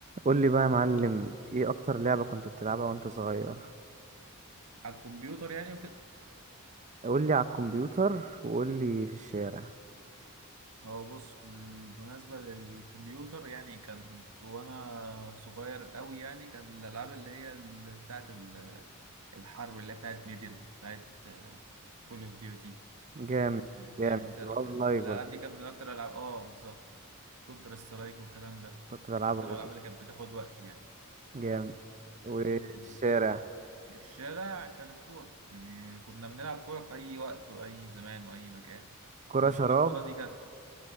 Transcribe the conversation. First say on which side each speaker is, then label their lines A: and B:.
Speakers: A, on the right; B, on the right.
A: قول لي بقى يا معلم ايه اكتر لعبة كنت بتلعبها وانت صغير
B: على الكمبيوتر يعني وكده
A: قول لي على الكمبيوتر وقول لي في الشارع
B: هو بص بالمناسبة للكمبيوتر يعني كانت وأنا صغير أوي يعني كان الألعاب اللي هي اللي بتاعت ال- الحرب اللي هي بتاعت ميدل بتاعت كول أوف ديوتي
A: جامد
B: فاهم
A: جامد
B: أنت ال-
A: والله
B: ال-
A: لايف
B: الألعاب
A: ولا
B: دي
A: إيه؟
B: كانت من أكتر الألعاب آه بالظبط كونتر سترايك والكلام ده
A: كنت بلعبها
B: أكتر
A: برضه
B: الألعاب اللي كانت بتاخد وقت يعني
A: جامد وفي
B: بالنسبة للكمبيوتر
A: الشارع
B: الشارع كانت الكورة يعني كنا بنلعب كورة في أي وقت وأي زمان وأي مكان
A: كرة
B: بالنسبة
A: شراب
B: لي الكورة دي كانت